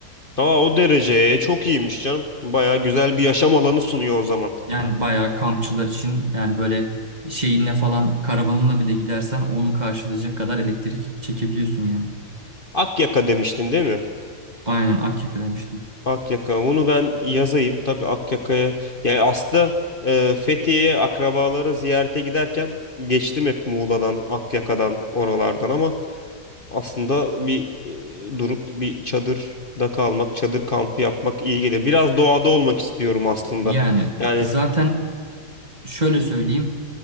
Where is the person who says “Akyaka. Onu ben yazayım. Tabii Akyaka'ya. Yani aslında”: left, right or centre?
Left